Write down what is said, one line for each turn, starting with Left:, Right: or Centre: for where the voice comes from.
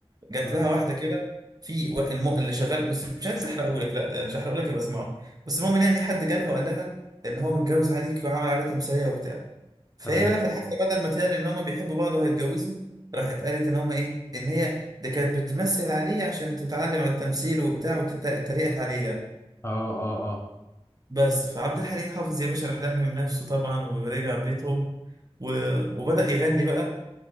Right: جات
Left: مم.
Right: لها واحده كده في وا- الم... اللي شغال بس مش عايز احرقه لك لا يعني مش هحرقه لك يبقى اسمعه بس المهم إن يعني حد جالها وقال لها ان هو متجوز عليك وعمل عليها تمثيليه وبتاع فهي
Left: تمام
Right: بقى في الحفله بدل ما تعلن ان هما بيحبوا بعض وهيتجوزوا راحت قالت ان هما ايه ان هي ده كانت بتمثل عليه عشان تتعلم على التمثيل وبتاع وتتريقت عليه يعني
Left: اه اه اه
Right: بس فعبد الحليم حافظ يا باشا راح لمم نفسه طبعا ورجع بيتهم و... وبدأ يغني بقى